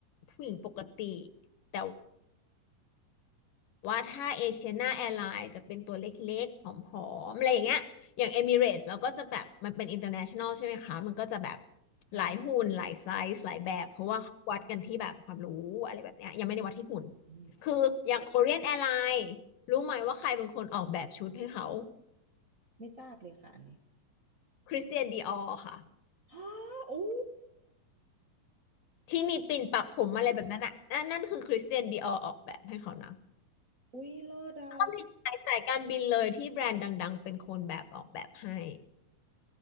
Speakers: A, on the left; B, on the right.
A: ผู้หญิงปกติแต่ ว่าถ้าเอเชียนาแอร์ไลน์จะเป็นตัวเล็กๆผอมๆ อะไรอย่างเงี้ยอย่างเอมิเรตส์เราก็จะแบบมันเป็นอินเตอร์เนชั่นแนลใช่ไหมคะ มันก็จะแบบ
B: ค่ะ
A: หลายหุ่นหลายไซส์หลายแบบ เพราะว่าเขาวัดกันที่แบบความรู้อะไรแบบเนี้ยยังไม่ได้วัดที่หุ่น
B: อืม
A: คืออย่างโคเรียนแอร์ไลน์รู้ไหมว่าใครเป็นคนออกแบบชุดให้เขา
B: ไม่ทราบเลยค่ะอันนี้
A: คริสเตียนดีออร์ค่ะ
B: ฮ่าโอ้
A: ที่มีปิ่นปักผมอะไรแบบนั้นอ่ะนั่นนั่นคือคริสเตียนดีออร์ออกแบบให้เขานะ
B: อุ้ยเลิศอ่ะ
A: ก็มีสายสายการบินเลยที่แบรนด์ดังๆเป็นคนแบบออกแบบให้